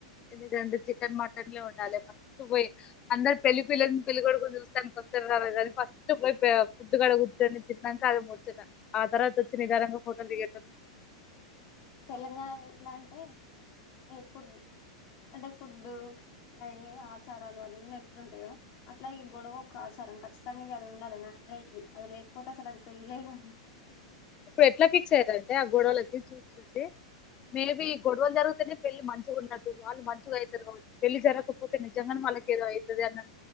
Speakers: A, on the left (about 30°); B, on the left (about 45°).
A: ఎందు ర చికెన్ మటన్ లే ఉండాలి ఫస్ట్ పోయి అందరు పెళ్లి పిల్లని పెళ్ళలిికడుకని చూస్తానికి వస్తారు రాలేదు అది ఫస్ట్ పోయి గుుట్టు కడగుర్ట్టని తిన్నాక అది ముచ్చట ఆ తర్వాత వచ్చి నిదానంగా హోటల్ దిగేట ఉంటు
B: తెలంగాణ ఎట్లా అంటే ఈ ఫుడ్ అంటే ఫుడ్డు అవి ఆచారాలు అన్నీ ఎట్లుంటాయో అట్లా ఈ గొడవ ఒక ఆచారం ఖచ్చితంగా అది ఉండాలి మ్యాండేటరీ అది లేకపోతే అసలు అది పెళ్ళలే క
A: ఇప్పుడు ఎట్లా ఫిక్స్ అయ్యారంటే ఆ గోడవలచ్చి చూసి చూసి మేబీ గొడవలు జరుగుతేనే పెళ్లి మంచిగా ఉండదు వాళ్ళు మంచిగా అవుతారు కావచ్చు పెళ్లి జరగకపోతే నిజంగా మళ్ళ ఎదో అయితది అన్నా